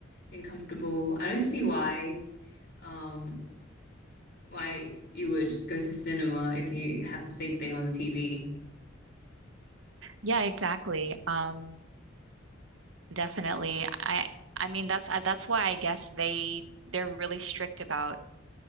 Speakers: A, on the left; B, on the right.
A: and comfortable. I don't see why um why you would go to cinema if you have the same thing on the TV.
B: Yeah, exactly. Um, definitely. I, I mean, that's, uh, that's why I guess they, they're really strict about,